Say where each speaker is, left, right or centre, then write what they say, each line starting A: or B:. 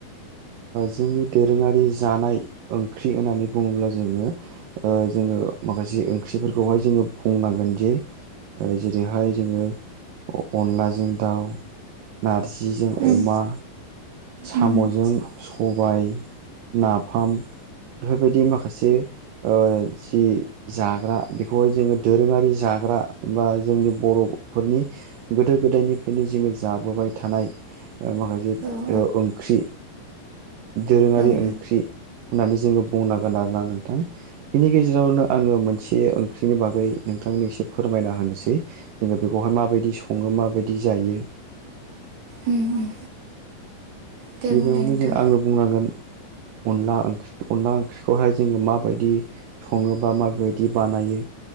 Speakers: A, on the right; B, on the right.
A: जोंनि दोरोङारि जानाय ओंख्रि होननानै बुङोब्ला जोङो ओ जोङो माखासे ओंख्रिफोरखौहाय जोङो बुंनांगोन जे जेरैहाय जोङो अनलाजों दाउ नारजिजों
B: उम
A: अमा साम'जों
B: उम उम औ औ
A: सबाय नाफाम बेफोरबायदि माखासे ओ जि जाग्रा बेखौहाय जोङो दोरोङारि जाग्रा बा जोंनि बर'फोरनि गोदो गोदायनिफ्रायनो जोङो जाबोबाय थानाय ओ माखासे
B: ओं
A: ओ ओंख्रि दोरोङारि
B: ओं
A: ओंख्रि होननानै जोङो बुंनांगोन आरोना नोंथां बिनि गेजेरावनो आङो मोनसे ओंख्रिनि बागै नोंथांनि एसे फोरमायना होनोसै जोङो बेखौहाय माबायदि सङो माबायदि जायो
B: उम उम दे
A: गिबियावनो
B: बुंलाय नोंथां
A: जों आङो बुंनांगोन अनला ओंख्रि अनला ओंख्रिखौहाय जोङो माबायदि सङो बा माबादि बानायो